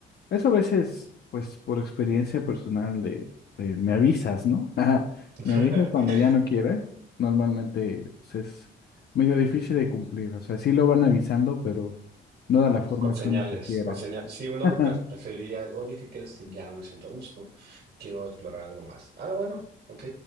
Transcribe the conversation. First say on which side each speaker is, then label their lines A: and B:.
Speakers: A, on the left; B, on the right.
A: Eso a veces, pues por experiencia personal de, de me avisas, ¿no? <laughs>
B: <laughs>
A: me avisas cuando ya no quieres. Normalmente pues, es medio difícil de cumplir. O sea, sí lo van avisando, pero no de la forma
B: Con señales,
A: que uno quisiera.
B: con señales. Si uno
A: <laughs>
B: pre- prefería, el, oye, ¿qué crees que ya no me siento a gusto? Quiero explorar algo más. Ah, bueno, ok.